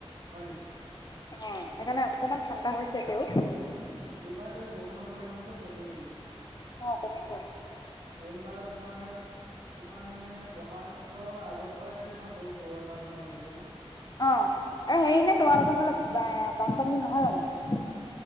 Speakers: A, on the right; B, on the left.
A: হয় নেকি?
B: অ, সেইকাৰণে অকণমান ঠাণ্ডা হৈছে তেও
A: এইবাৰ তেওঁ বৰষুণৰ পৰিমাণটো কমেই
B: অ কমিছে
A: কইনবাৰত তোমাৰ তোমাৰ মানে ব'হাগৰ আগৰ পৰাই তোমাৰ বহুত ব তাত ৰোম আহি থাকে ন
B: অ আৰু হেৰি নে তোমালোকৰ ফালে বানপানী নহয় জানো